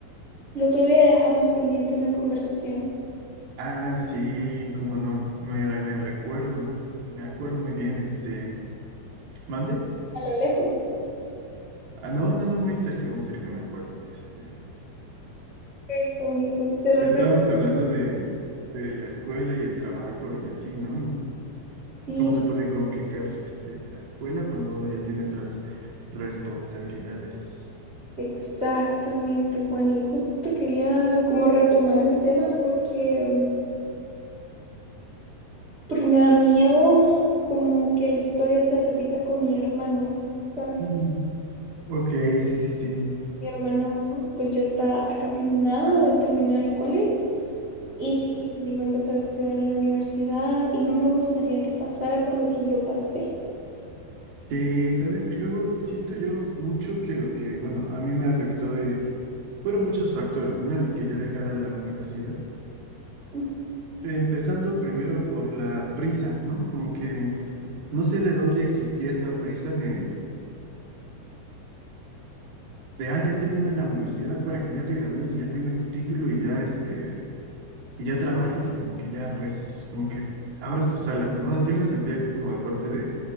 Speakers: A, on the right (about 30°); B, on the right (about 55°).
A: otro día dejamos pendiente una conversación?
B: Ah, sí, cómo no. Me, me recuerdo. Me acuerdo muy bien, este. ¿Mande?
A: A lo lejos.
B: Ah, no, no, no, muy cerca, muy cerca me acuerdo. Este,
A: Ok, Juani, pues te refresco.
B: pues estábamos hablando de, de la escuela y el trabajo y así, ¿no? Y
A: Sí,
B: cómo se puede complicar este, la escuela cuando uno ya tiene otras responsabilidades.
A: exactamente, Juani. Justo te quería como retomar ese tema porque, mm, porque me da miedo como que la historia se repita con mi hermano, ¿sabes?
B: Mm, Ok, sí, sí, sí.
A: Mi hermano pues ya está a casi nada de terminar el cole y va a empezar a estudiar en la universidad y no me gustaría que pasara por lo que yo pasé.
B: Sí, sabes, luego siento yo mucho que lo que, bueno, a mí me afectó de, fueron muchos factores, ¿no? El que yo dejara la universidad.
A: Ujú,
B: Empezando primero por la prisa, ¿no? Como que no sé de dónde existía esta prisa de, de, ah, ya termina la universidad para que ya te gradúes y ya tengas tu título y ya, este, y ya trabajes y como que ya, pues, como que abras tus alas, ¿no? Así lo sentía como de parte de,